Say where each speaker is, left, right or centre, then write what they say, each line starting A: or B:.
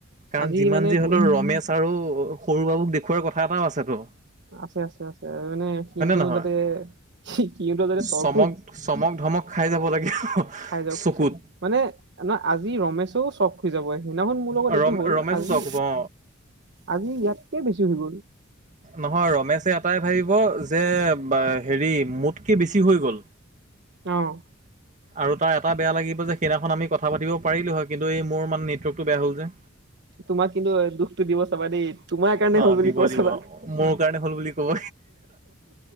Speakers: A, on the right; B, on the right.
A: কাৰণ
B: আজি
A: যিমান
B: মানে
A: যি হলেও ৰমেশ আৰু সৰু বাবুক দেখওৱাৰ কথা এটাও আছে তো।
B: আছে আছে আছে মানে সিতেও
A: নহয়
B: যাতে সিটো যাতে তৰপক।
A: চমক চমক ধমক খাই যাব লাগে।
B: খাই যাওক
A: চকুত।
B: খাই মানে নহ আজি ৰমেশও চখ খু যাবই। সেইনাখন মোৰ লগত
A: ৰম
B: এইটো হ'ল
A: ৰমেশো
B: আজি
A: চকুব অ
B: আজি ইয়াতকে বেছি হৈ গ'ল।
A: নহয় ৰমেশে এটাই ভাবিব যে হেৰি, মোতকৈ বেছি হৈ গ'ল।
B: অ'।
A: আৰু তাৰ এটা বেয়া লাগিব যে সেইদিনাখন আমি কথা পাতিব পাৰিলো হয় কিন্তু এই মোৰ মানে নেটৱৰ্কটো বেয়া হ'ল যে
B: তোমাক কিন্তু দুখটো দিব চাবা দেই। তোমাৰ কাৰণে
A: অ
B: হ'ল বুলি
A: দিব
B: কব
A: দিব
B: চাবা।
A: মোৰ কাৰণে হ'ল বুলি ক'ব